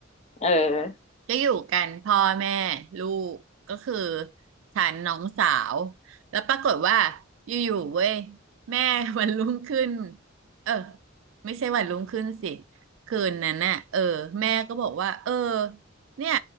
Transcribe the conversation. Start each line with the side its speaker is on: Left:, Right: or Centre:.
Left: เออ
Right: ก็อยู่กันพ่อแม่ลูกก็คือฉันน้องสาวแล้วปรากฏว่าอยู่ๆเว้ยแม่วันรุ่งขึ้นเออไม่ใช่วันรุ่งขึ้นสิคืนนั้นน่ะเออแม่ก็บอกว่าเออเนี่ย